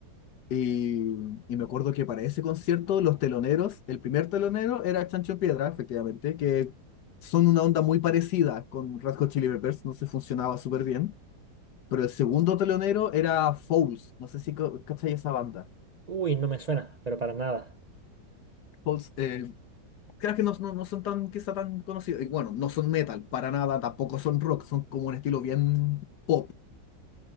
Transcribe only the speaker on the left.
Y, y me acuerdo que para ese concierto los teloneros, el primer telonero era Chancho Piedra, efectivamente, que son una onda muy parecida con Red Hot Chili Peppers, no se funcionaba súper bien. Pero el segundo telonero era Fouls, no sé si co- cachai esa banda.
Fouls, eh, creo que no, no, no son tan, quizá tan conocidos. Y bueno, no son metal para nada, tampoco son rock, son como un estilo bien pop.